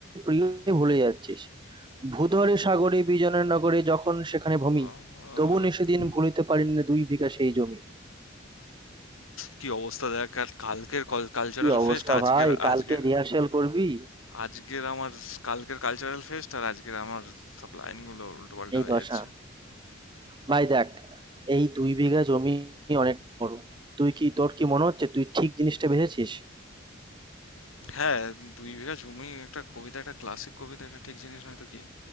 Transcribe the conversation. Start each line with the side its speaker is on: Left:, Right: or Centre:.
Right: প্রিয় ভুলে যাচ্ছিস ভূধরে সাগরে বিজনের নগরে যখন সেখানে ভূমি
Left: আহ,
Right: তবু নে সেদিন ভুলিতে পারিনি না দুই বিঘা সেই জমি
Left: কি অবস্থা দেখ আর কালকের কালচারাল
Right: কি অবস্থা
Left: ফেস্ট আজকের
Right: ভাই কালকে
Left: আজকের
Right: রিহার্সাল করবি
Left: আজকের আমার কালকের কালচারাল ফেস্ট আর আজকের আমার সব লাইনগুলো উল্টোপাল্টা
Right: এই
Left: হয়ে
Right: দশা
Left: যাচ্ছে
Right: ভাই দেখ এই দুই বিঘা জমি অনেক বড় তুই কি তোর কি মনে হচ্ছে তুই ঠিক জিনিসটা বেঁচেছিস
Left: হ্যাঁ দুই বিঘা জমি একটা কবিতা একটা ক্লাসিক কবিতা একটা ঠিক জিনিস নয় তো কি